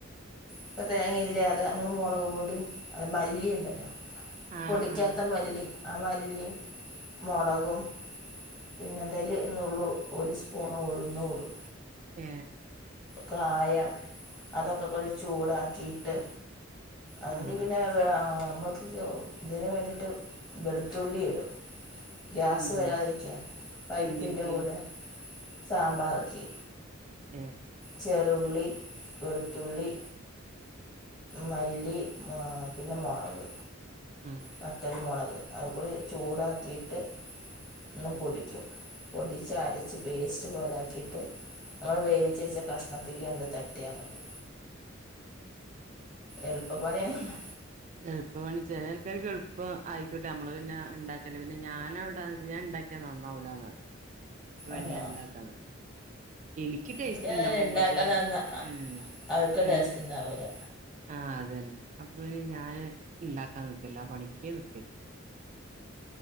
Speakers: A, on the left; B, on the right.
A: ഇപ്പൊ തേങ്ങയില്ലാതെ നമ്മള് മുളക് പൊടിയും അല്ല മല്ലിയ ഉണ്ടല്ലോ
B: ആഹ്
A: പൊടിക്കാത്ത
B: ആഹ്
A: മല്ലി ആ മല്ലിയും മുളകും പിന്നെ എന്തോല എന്നന്നള്ളൂ ഒരു സ്പൂൺ ഉഴുന്നോടും
B: ഏ
A: കായം അതൊക്കെ കൂടി ചൂടാക്കിയിട്ട് അതില്
B: ആഹ്
A: പിന്നെ നമ്മൾക്ക് ഇതിനന് വേണ്ടിട്ട് വെളുത്തുള്ളി ഇടടും ഗ്യാസ്
B: എന്ത്
A: വരാതിരിക്കുകുക പരിപ്പിൻ്റെ
B: എന്തിൽക്ക്
A: കൂടെ സാമ്പാറക്ക
B: ഏ
A: ചേറള്ളി, വെളുത്തുള്ളി മല്ലി, പിന്നെ മുളക്
B: ആഹ്
A: വറ്റന്മുളക് അതുപോല ചൂടാക്കിയിട്ട് ഒന്ന്
B: ഏഹ്
A: പൊടിക്കും പൊടിച്ച് അരച്ച് പേസ്റ്റ് പോലാക്കിയിട്ട് നമ്മൾ വേവിച്ച വെച്ചാൽ കഷ്ണത്തിക്ക ഉണ്ട് യാതിയാമതി എളുപ്പപ്പണിയണല്ല
B: എളുപ്പമാണി ചില ആൾക്കാർക്ക് എളുപ്പം ആയി ട്ട നമ്മള് പിന്നെ ഉണ്ടാക്കേ പിന്നെ ഞൻ അവിടൊന്ന് വൊ ഉണ്ടാക്കിയാ നന്നാവൂലന്ന്
A: ആണോ
B: നെ എണ്ടാക്കാ നക്ക എനിക്കിടെസ്റ്റ്‌
A: ഇവിടെ അങ്ങനെ
B: ഉണ്ടാവും
A: ഉണ്ടാക്കാൻ
B: പക്ഷെ
A: തന്ന
B: ഉ
A: അവർക്ക്
B: എന്ന്
A: ടേസ്റ്റ് ഉണ്ടാവില്ല
B: ആ അത്‌ തന്നെ അപ്പൊ പിന്നെ ഞാൻ ണ്ടാക്കാൻ നിക്കലില്ല ആ പണിക്കെ നിക്കലില്ല.